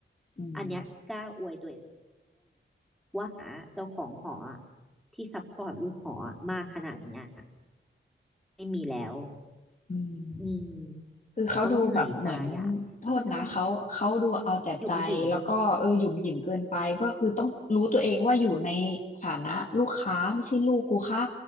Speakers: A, on the left; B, in the centre.
A: อืม
B: อันเนี้ยกล้าอวยตัว ว่าหาเจ้าของหออะที่ซัพพอร์ตลูกหออะมากขนาดเนี้ยไม่มีแล้ว
A: อืม
B: อืม
A: คือเขาดูแบบเหมือน
B: เขาเหนื่อยใจอ่ะก็คือถ้ามัน
A: โทษนะเขาเขาดูเอาแต่ใจแล้วก็เออหยุ่มหยิมเกินไปก็คือต้องรู้ตัวเองว่าอยู่ในฐานะลูกค้าไม่ใช่ลูกกูค่า
B: อืมหยุ่มหยิม